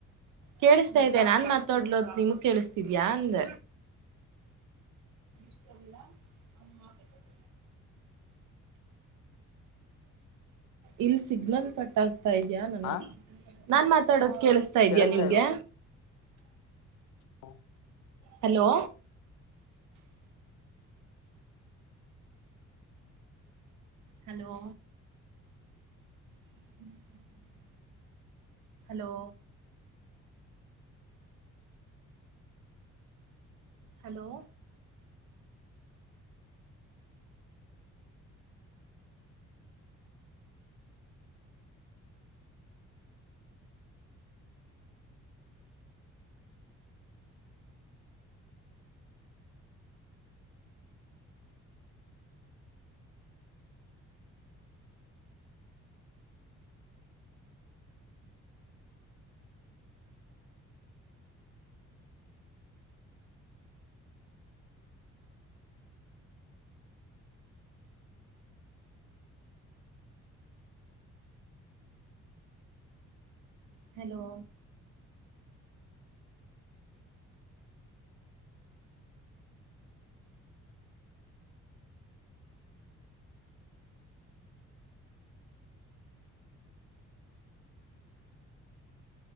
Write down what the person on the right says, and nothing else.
ಕೇಳಿಸ್ತಾ ಇದೆ ನಾನ್ ಮಾತಾಡ್ಲೋದ ನಿಮಗ್ ಕೇಳಿಸ್ತಿದ್ಯಾ ಅಂದ ಷ್ಟ <unintelligible> ಇಲ್ಲಿ ಸಿಗ್ನಲ್ ಕಟ್ ತಾ ಇದ್ಯಾಾ ನನ್ನ
ನಾನ್ ಮಾತಾಡೋದು ಕೇಳಿಸತಾ ಇದ್ಯಾಯಾ
ನಿಮ್ಗೆ
ಹಲೋ ಹಲೋ. ಹ್ಮ್ <inaudible> ಹಲೋ. ಹಲೋ. ಹಲೋ.